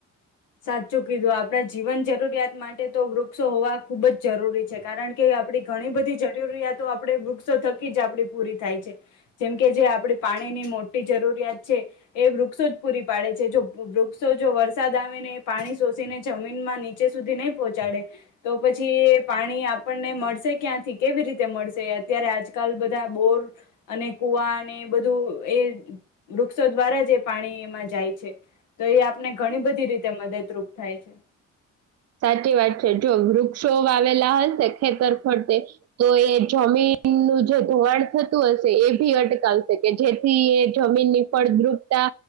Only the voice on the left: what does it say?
સાચું કીધું આપડા જીવન જરૂરિયાત માટે તો વૃક્ષો હોવા ખુબજ જરૂરી છે, કારણ કે આપડી ઘણી, બધી જરૂરિયાત તો આપે વૃક્ષો થકી જ આપડી પૂરી થાય છે, જેમ કે જે આપડી પાણી ની મોટી જરૂરિયાત છે. એ વૃક્ષો જ પૂરી પાડે છે, જો વૃક્ષો જો વરસાદ આવે પાણી સોષીને જમીનમાં નીચે સુધી નહીં, પહોંચાડે તો પછી પાણી આપણને મળશે ક્યાંથી કેવી રીતે મળશે અત્યારે આજકાલ બધા બોર અને કુવાને બધું. એ વૃક્ષો દ્વારા જે પાણી એમાં જાય છે. તો એ આપને ઘણી, બધી રીતે મદદરૂપ થાય છે.